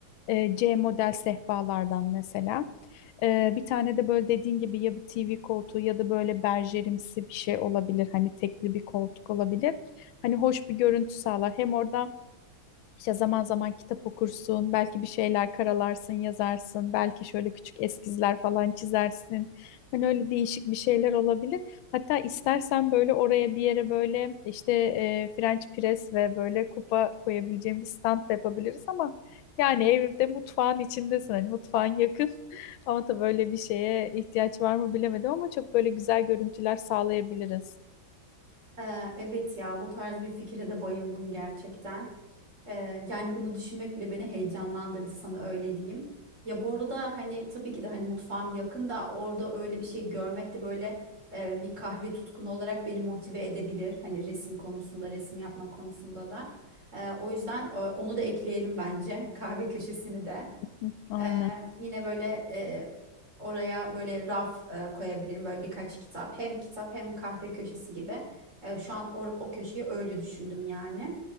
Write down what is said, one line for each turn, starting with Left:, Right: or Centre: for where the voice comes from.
Left: Ee, C model sehpalardan mesela. Ee, bir tane de böyle dediğin gibi ya bir TV koltuğu ya da böyle berjerimsi bir şey olabilir. Hani tekli bir koltuk olabilir. Hani hoş bir görüntü sağlar. Hem orada işte zaman zaman kitap okursun, belki bir şeyler karalarsın, yazarsın, belki şöyle küçük eskizler falan çizersin. Hani öyle değişik bir şeyler olabilir. Hatta istersen böyle oraya bir yere böyle işte e, French press ve böyle kupa koyabileceğim bir stand da yapabiliriz ama yani evde mutfağın içindesin, hani mutfağın yakın. <laughs> Ama tabii böyle bir şeye ihtiyaç var mı bilemedim ama çok böyle güzel görüntüler sağlayabiliriz.
Right: Ee, evet ya bu tarz bir fikre de bayıldım gerçekten. Ee, yani bunu düşünmek bile beni heyecanlandırdı sana öyle diyeyim. Ya bu arada hani tabii ki de hani mutfağım yakın da orada öyle bir şey görmek de böyle e, bir kahve tutkunu olarak beni motive edebilir. Hani resim konusunda, resim yapma konusunda da. Ee, o yüzden e, onu da ekleyelim bence <laughs> kahve köşesini de.
Left: Hı, aynen.
Right: Ee, yine böyle e, oraya böyle raf e, koyabilirim böyle birkaç kitap. Hem kitap hem kahve köşesi gibi. Ee, şu an o, o köşeyi öyle düşündüm yani.